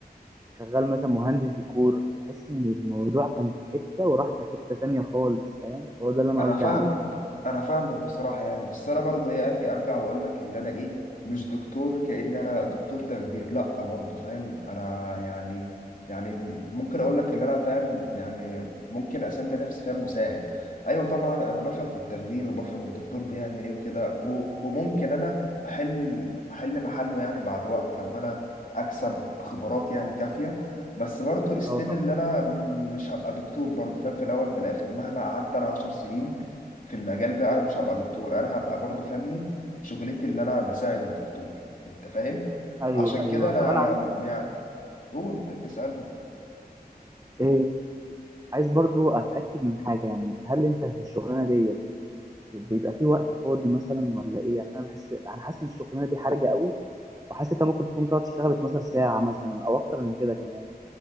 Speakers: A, on the right (about 20°); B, on the left (about 55°).
A: شغال مثلا مهندس ديكور تحس ان الموضوع كان في حته وراح في حته تانية خالص فاهم هو ده اللي انا
B: انا
A: قصدي
B: فاهمك
A: عليه
B: انا فاهمك بصراحه يعني بس انا برضه يعني ارجع واقول لك ان انا ايه مش دكتور كأن انا دكتور تخدير لا برضه فاهم انا يعني يعني ممكن اقول لك ان انا فاهم يعني ممكن اسمي نفسي فاهم مساعد ايوه طبعا انا بفهم في التخدير وبفهم الدكتور بيعمل ايه وكده و- وممكن انا احل احل محله يعني بعد وقت لما انا اكسب خبرات يعني كافيه بس برضو استيل
A: اه طبعا
B: اللي انا مش هبقى دكتور برضو فاهم في الاول وفي الاخر مهما قعدت انا عشر سنين في المجال ده انا مش هبقى دكتور انا هبقى برضو فني شغلتي اللي انا بساعد الدكتور انت فاهم
A: ايوه
B: عشان
A: ايوه
B: كده انا
A: طب انا عايز
B: يعني قول اسألني
A: إيه عايز برضو اتاكد من حاجه يعني هل انت في الشغلانه ديت بيبقى في وقت فاضي مثلا ولا ايه عشان انا بحس انا حاسس ان الشغلانه دي حرجه قوي وحاسس انت ممكن تكون بتقعد تشتغل 12 ساعة مثلا او اكتر من كده كمان